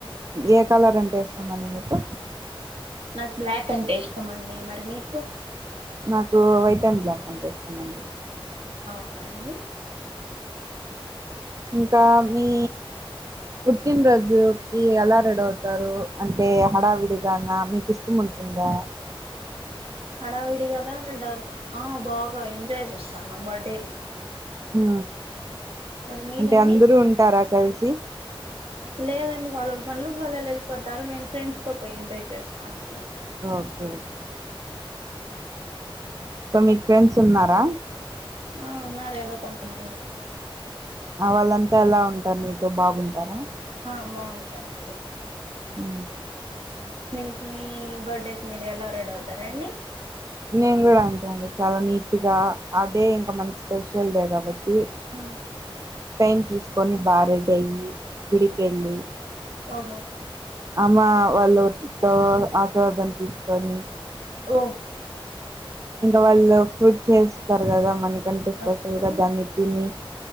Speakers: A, on the right (about 35°); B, on the right (about 85°).
A: ఏ కలర్ అంటే ఇష్టామండి మీకు
B: నాకు బ్లాక్ అంటే ఇష్టం అండి మరి మీకు
A: నాకు వైట్ అండ్ బ్లాక్ అంటే ఇష్టంమండి
B: అవునా అండి
A: ఇంకా మీ పుట్టిన్రోజుకి ఎలా రెడీ అవుతారు అంటే హడావిడిగానా మీకు ఇష్టం ఉం ఉందా
B: హడావిడిగా డా ఆ బాగా ఎంజాయ్ చేస్తాను నా బర్త్డేని
A: ఉ
B: మరి మీరండి
A: అంటే అందరూ ఉంటారా కల్సి
B: లేదండి వాళ్ళ పన్లు వాళ్ళళ వెళ్ళిపోతారు నేను ఫ్రెండ్స్తో పో ఎంజాయ్ చేస్తానండి
A: ఓకే ఓకే సో మీకు ఫ్రెండ్స్ ఉన్నారా
B: ఆ ఉన్నారు ఏదో కొంతమంది
A: ఆ వాళ్ళంతా ఎలా ఉంటారు నితో బాగుంటారా
B: ఆ బొంటారండి
A: ఉ
B: మీకు మీ బర్డేకి మీరు ఎలా రెడ అవుతారండీ
A: నేను కూడా అంతే అండి చాలా నీట్గా ఆ డే ఇంకా మన్కి స్పెషల్డే కాబట్టి
B: ఆ
A: టైమ్ తీసుకొని బా రెడి అయ్యి గుడికెళ్ళి
B: ఓహో
A: అమ్మ వాళ్ళు త ఆస్వాదం తీసుకొని
B: ఓ
A: ఇంకా వాళ్ళు ఫుడ్ చేస్తారు కదా మనకి దాన్ని స్పెషల్
B: ఓకే
A: గా దాన్ని తిని